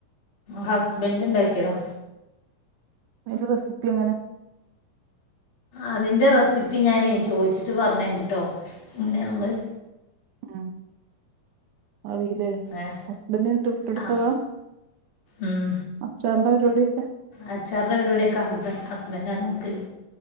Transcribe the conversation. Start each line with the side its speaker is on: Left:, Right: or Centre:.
Left: ഹസ്ബന്ഡ് ഇണ്ടാക്കിയതാ
Right: അതിൻ്റെ റെസിപ്പി എങ്ങനെ
Left: അതിന്റെ റെസിപ്പി ഞാനേ ചോദിച്ചിട്ട് പറഞ്ഞണ്ട് കേട്ടോ എങ്ങനെയാണത്
Right: ഉ ആണ്ല്ലേ
Left: ഏ
Right: ഹസ്ബൻഡ് <unintelligible> വിട്ടെടുത്തതാ
Left: ആ ഉം.
Right: അച്ചാറിൻ്റെ പരിപാടിയൊക്കെ
Left: അച്ചാറിൻ്റെ പരിപാടിയൊക്കെ ഹസ്ബൻ ഹസ്ബൻറാ നോക്കല്